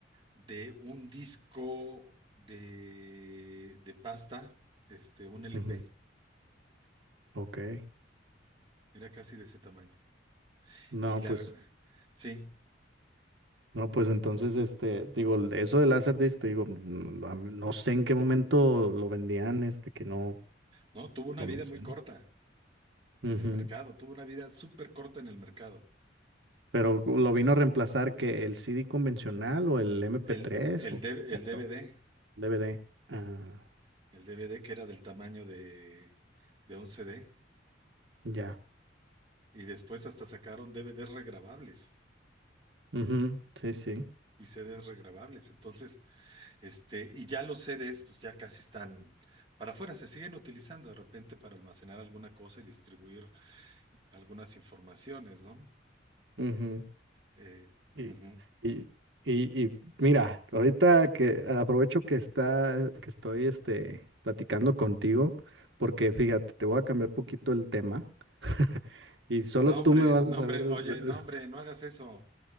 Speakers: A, on the right; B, on the right.
A: de un disco de, de pasta, este, un LP.
B: Ujú. Ok.
A: Era casi de ese tamaño.
B: No,
A: Y la
B: pues,
A: verdad, sí,
B: no, pues entonces, este, digo, eso del Laserdisc, te digo, mm, a mí- no sé en qué momento lo vendían, este, que no,
A: ¿no? Tuvo una
B: no
A: vida
B: me suena.
A: muy corta
B: Ujú.
A: en el mercado, tuvo una vida súper corta en el mercado.
B: Pero lo vino a reemplazar que el CD convencional o el mp
A: El,
B: tres
A: el,
B: o,
A: D-
B: o
A: el DVD,
B: no, DVD. Ah,
A: el DVD que era del tamaño de, de un CD.
B: ya.
A: Y después hasta sacaron DVDs regrabables
B: Ujú, Sí, sí.
A: y CDs regrabables. Entonces, este, y ya los CDs, pues ya casi están para afuera, se siguen utilizando de repente para almacenar alguna cosa y distribuir algunas informaciones, ¿no?
B: Ujú.
A: Eh,
B: Y,
A: ujú.
B: y, y, y mira, ahorita que aprovecho que está, que estoy este, platicando contigo, porque fíjate, te voy a cambiar poquito el tema. <laughs> Y solo
A: No,
B: tú
A: hombre,
B: me vas
A: no,
B: a saber.
A: hombre, oye,
B: re-
A: no, hombre, no hagas eso.